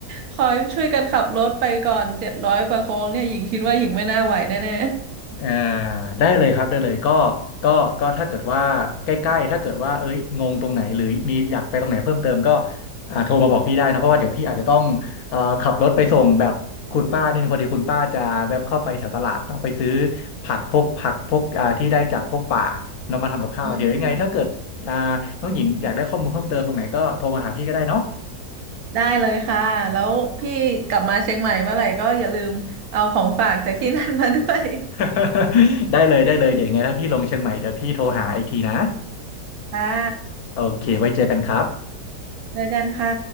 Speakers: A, on the right; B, on the left.
A: คอยช่วยกันขับรถไปก่อนเจ็ดร้อยกว่าโค้งเนี่ยหญิงคิดว่าหญิงไม่น่าไหวแน่
B: อ่าได้เลยครับได้เลยก็ก็ก็ถ้าเกิดว่าใกล้ๆถ้าเกิดว่าเอ้ยงงตรงไหนหรือมีอยากไปตรงไหนเพิ่มเติมก็อ่าโทรมาบอกพี่ได้นะเพราะว่าเดี๋ยวพี่อาจจะต้องเอ่อขับรถไปส่งแบบคุณป้านิดนึงพอดีคุณป้าจะแวบเข้าไปแถวตลาดเนาะไปซื้อผักพวกผักพวกอ่าที่ได้จากพวกป่านำมาทำกับข้าวเดี๋ยวยังไงถ้าเกิดอ่าน้องหญิงอยากได้ข้อมูลเพิ่มเติมตรงไหนก็โทรมาหาพี่ก็ได้เนาะ
A: ๆอืมได้เลยค่ะแล้วพี่กลับมาเชียงใหม่เมื่อไหร่ก็อย่าลืมเอาของฝากจากที่นั่นมาด้วย
B: <laughs> ได้เลยได้เลยเดี๋ยวยังไงถ้าพี่ลงเชียงใหม่เดี๋ยวพี่โทรหาอีกทีนะ
A: <laughs> ค่ะ
B: โอเคไว้เจอกันครับ
A: เจอกันค่ะ